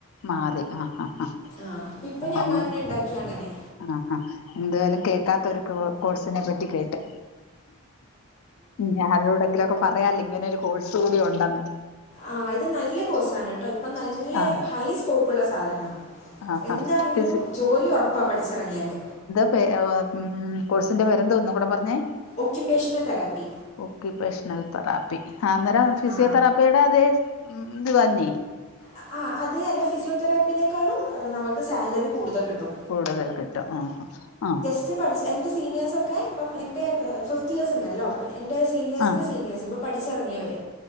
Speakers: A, on the left (about 70°); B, on the left (about 30°).
A: മാറി അഹ് അഹ് അഹ്
B: ആ ഇപ്പം ഞങ്ങൾ
A: അങ്ങനെ
B: തന്നെ ഉണ്ടാക്കി അങ്ങനെ
A: ആഹ് ഹാ എന്തായാലും കേക്കാത്തൊരു കോഴ്സിനെ പറ്റി കേട്ട് ഇഞ് ആരോടെങ്കിലു ഒക്കെ പറയാലൊ ഇങ്ങനെ ഒരു കോഴ്സ് കൂടി ഉണ്ടെന്ന്
B: ആഹ് ഇത് നല്ല കോഴ്സണ് ട്ടോ ഇപ്പം നല്ല
A: ആഹ്
B: ഹൈ സ്കോപ്പ്ള്ള സാധനാ
A: ആഹ്
B: എന്താണെങ്കിലും
A: ആഹ് ഫിസി
B: ജോലി ഒറപ്പാ പഠിച്ചെറങ്ങിയാല്
A: ക്ക്‌ അഹ് അ പം കോഴ്സിന്റെ പേരെന്താ ഒന്നും കൂടെ പറഞ്ഞേ
B: ഒക്യുപേഷണൽ തെറാപ്പി
A: ഒക്യുപേഷണൽ തെറാപ്പി ആഹ് അന്നേരം ഫിസിയോതെറാപ്പിയുടെ
B: ആ
A: അതേ ഇത് തന്നെ
B: ആഹ് അഹ് അത് അല്ല ഫിസിയോതെറാപ്പിനേക്കാളും നമുക്ക് സാലറി കൂടുതൽ കിട്ടും
A: കൂടുതല് കിട്ടും അഹ് ആഹ്
B: ച്ച് പഠിച്ച് എന്റെ സീനിയേഴ്സൊക്കെ ഇപ്പം എന്റെ ഫിഫ്ത്ത് ഇയേഴ്സ്ണ്ട് ണ്ടല്ലോ അപ്പം എന്റെ സീനിയേഴ്സിന്റെ
A: ആഹ്
B: സീനിയേഴ്സ് ഇപ്പ പഠിച്ചെറങ്ങിയവര്